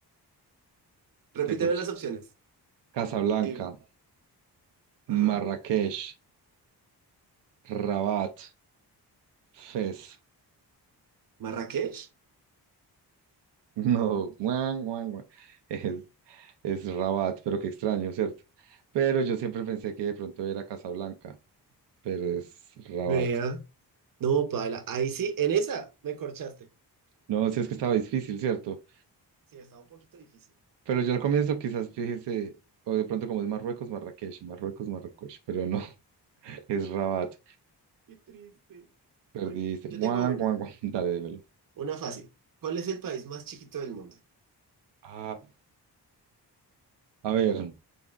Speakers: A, on the right; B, on the right.
A: <laughs> Repíteme
B: Te corché.
A: las opciones.
B: Casablanca,
A: Y- Ajá.
B: Marrakech, Rabat, Fez. <laughs>
A: Marrakech.
B: No, guan, guan, guan. Es, es Rabat, pero qué extraño, ¿cierto? Pero yo siempre pensé que de pronto era Casablanca, pero es Rabat.
A: Vea. No, paila, ahí sí, en esa me corchaste.
B: No, si es que estaba difícil, ¿cierto?
A: Sí, estaba un poquito difícil.
B: Pero yo al comienzo quizás fíjese, o de pronto como es Marruecos, Marrakech, Marruecos, Marrakech, pero no, <laughs> es Rabat.
A: Qué triste.
B: Perdiste.
A: Bueno, yo
B: Guau,
A: tengo una,
B: guau, guau. <laughs> Dale, dímelo.
A: una fácil. ¿Cuál es el país más chiquito del mundo?
B: Ah, a ver,